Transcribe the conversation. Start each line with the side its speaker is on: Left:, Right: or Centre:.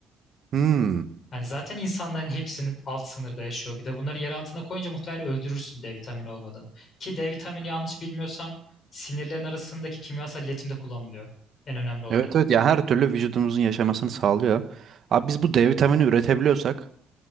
Right: Hmm.
Left: Yani zaten insanların hepsinin alt sınırda yaşıyor. Bir de bunları yer altına koyunca muhtemelen öldürürsün D vitamini olmadan. Ki D vitamini yanlış bilmiyorsam sinirlerin arasındaki kimyasal iletimde kullanılıyor. En önemli olarak.
Right: Evet evet ya her türlü vücudumuzun yaşamasını sağlıyor. Abi biz bu D vitamini üretebiliyorsak